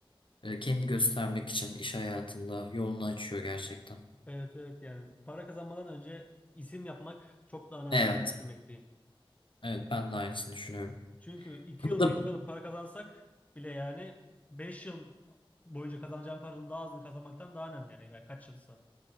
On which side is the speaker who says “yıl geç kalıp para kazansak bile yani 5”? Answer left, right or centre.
Left